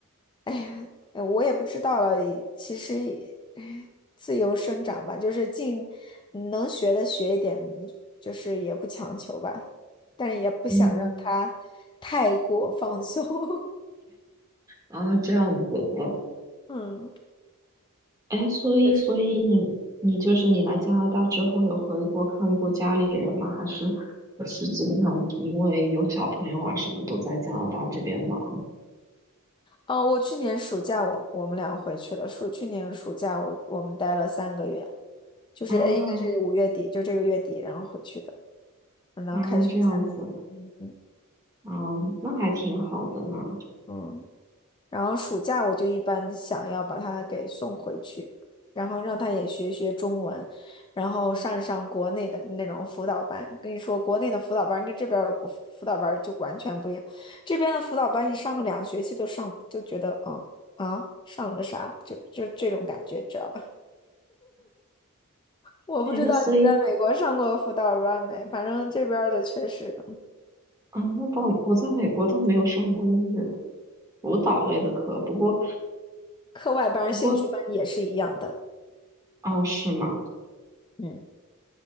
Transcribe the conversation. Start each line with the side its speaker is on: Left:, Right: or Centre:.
Left: 哎呀，呃我也不知道了。其实也，哎自由生长吧，就是尽嗯能学的学一点，就是也不强求吧，但是也不想让他太过放松。
Right: 嗯，
Left: <laughs>
Right: 啊，这样子的，
Left: 嗯。
Right: 哎，所以，
Left: 就是，
Right: 所以你，你就是你来加拿大之后有回国看过家里人吗？还是就是基本上因为有小朋友啊，什么都在加拿大这边忙
Left: 哦，我去年暑假我我们俩回去了。暑去年暑假我我们待了三个月。就是呃应该是五月底，
Right: 啊
Left: 就这个月底，然后回去的，等到开学才来。
Right: 啊，这样子。
Left: 嗯嗯
Right: 嗯，那还挺好的呢。
Left: 嗯。然后暑假我就一般想要把他给送回去，然后让他也学学中文，然后上上国内的那种辅导班。跟你说，国内的辅导班跟这边儿的国辅导班儿就完全不一样。这边的辅导班，你上个两学期都上，就觉得啊啊，上了个啥，就就这种感觉，知道吧？我不知道你在美国上过辅导班没，
Right: 哎，那所以
Left: 反正这边儿的确实。
Right: 啊，那倒我在美国倒没有上过就是舞蹈类的课，不过
Left: 课外班儿兴趣班也是一样的。
Right: 不过哦，是吗？
Left: 嗯，